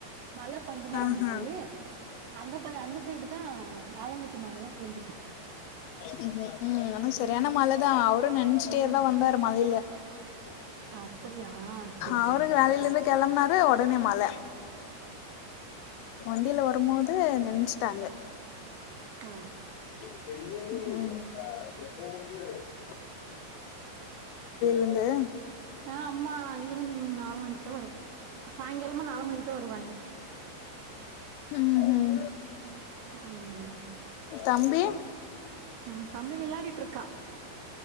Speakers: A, on the right (about 70°); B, on the left (about 90°).
A: மழ கொஞ்சமா
B: ஆஹா
A: வந்துச்சி அந்த பக் அந்த சைடு தா ஆலங்கட்டி மழல்லா பேஞ்சிருக்கு
B: ம்ஹூம் ம் ஆனா சரியான மழ தா அவரு நனஞ்சிட்டே
A: ம்
B: தா வந்தாரு மழைல
A: அப்படியா சேரி
B: அவருக்கு
A: சேரி ஓகே
B: வேலையில இருந்து
A: ஓகே
B: கெளம்புனாறு உடனே மழ வண்டியில வரும்போது நெனஞ்சிட்டாங்க
A: ஆஹ்
B: க்கும் இருந்து
A: ஆஹ் அம்மா ஈவினிங் நாலு மணிக்கு தா வருவா சாய்ந்திரமா நாலு மணிக்கு தா வருவாங்க
B: உஹம் உஹம்
A: உம்
B: தம்பி
A: உம் தம்பி விளையாடிட்டு இருக்கா